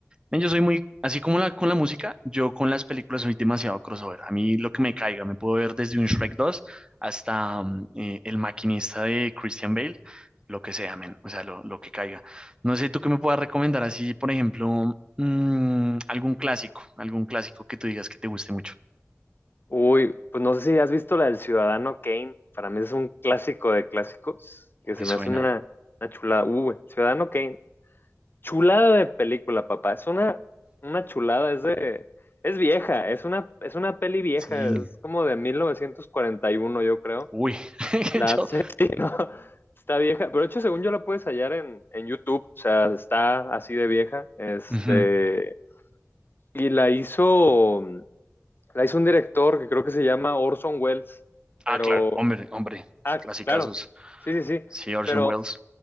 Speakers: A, on the right (about 15°); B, on the left (about 40°).
A: Men, yo soy muy, así como la, con la música, yo con las películas soy demasiado crossover. A mí lo que me caiga, me puedo ver desde un Shrek 2 hasta mm, eh, El Maquinista de Christian Bale, lo que sea, men, o sea, lo, lo que caiga. No sé, tú qué me puedas recomendar así, por ejemplo, mm, algún clásico, algún clásico que tú digas que te guste mucho.
B: Uy, pues no sé si has visto la del Ciudadano Kane. Para mí es un clásico de clásicos, que
A: Me
B: se
A: suena,
B: me hace una, una chulada. Uy, Ciudadano Kane. Chulada de película, papá. Es una, una chulada, es de... Es vieja, es una, es una peli vieja,
A: sí,
B: es como de 1941, yo creo.
A: uy, <laughs>
B: La
A: yo,
B: serie, <laughs> ¿no? Está vieja, pero de hecho, según yo la puedes hallar en, en YouTube, o sea, está así de vieja. Este,
A: ujú.
B: y la hizo, la hizo un director que creo que se llama Orson Welles,
A: Ah,
B: pero,
A: claro, hombre, hombre,
B: ah,
A: clasicazos.
B: claro, sí, sí, sí,
A: Sí, Orson
B: pero
A: Welles.